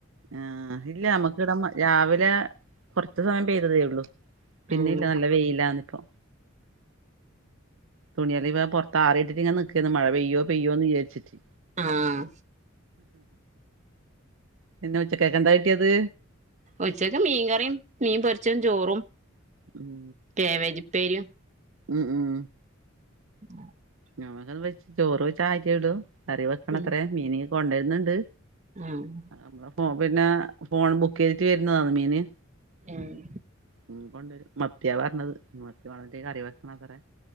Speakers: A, on the right; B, on the right.
A: ആഹ് ഇല്ല അമ്മക്ക്വ്ടെ രാവിലെ കൊർച്സമയം പെയ്തതേ ഉള്ളൂ പിന്നെ
B: ആഹ്
A: ഇല്ല നല്ല വെയിലാന്ന് ഇപ്പൊ തുണിയള് ഇവ പൊറത്താറിയിട്ട്ട്ട് ഇങ്ങനെ നിക്കേയ്ന്ന് മഴ പെയ്യോ പെയ്യോന്ന് വിയാരിച്ചിട്ട്
B: ആഹ്
A: പിന്നെ ഉച്ചക്കെക്കെന്താ കിട്ടിയത്
B: ഉച്ചക്ക് മീൻകറീം മീൻ പൊര്ച്ചതും ചോറും
A: ഉം
B: കേവേജ് ഉപ്പേരിയും
A: ഉം ഉം
B: ഉം <unintelligible>
A: ഞമ്മക്കതും വെച്ച് ചോറ് വെച്ചായിറ്റേ ഒള്ളു. കറി വെക്കണത്രേ
B: ഉം
A: മീനിങ്ങ് കൊണ്ടെര്ന്ന്ണ്ട്
B: ആഹ് ഉം
A: ഞമ്മളെ ഫോ പിന്നെ ഫോൺ ബുക്കെയ്യ്തിട്ട് വെര്ന്നതാന്ന് മീന്
B: എം
A: മീൻ കൊണ്ടെരും മത്തിയാ പർഞ്ഞത് മത്തി കൊണ്ടെന്നിറ്റ് കറി വെക്കണത്രേ